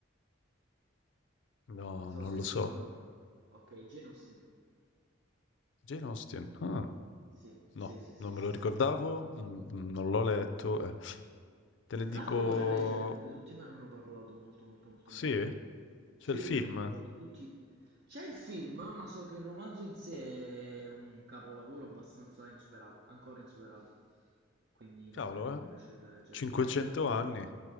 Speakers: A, on the left; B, on the right.
A: No,
B: È stato
A: non
B: scritto
A: lo so.
B: da una donna. Ok, Jane Austen.
A: Jane Austen. Ah,
B: Sì, sì,
A: no,
B: sì, sì,
A: non
B: sì,
A: me lo ricordavo,
B: sì.
A: mm, non l'ho letto. eh. Te ne
B: Tra
A: dico...
B: l'altro lo vorrei leggere perché tutti me ne hanno parlato molto molto molto
A: Sì?
B: bene.
A: C'è
B: Sì,
A: il film.
B: me ne hanno parlato tutti. C'è il film, ma so che il romanzo in sé è un capolavoro abbastanza insuperato, ancora insuperato. Quindi magari
A: Cavolo,
B: mi
A: eh.
B: piacerebbe leggerlo.
A: 500 anni.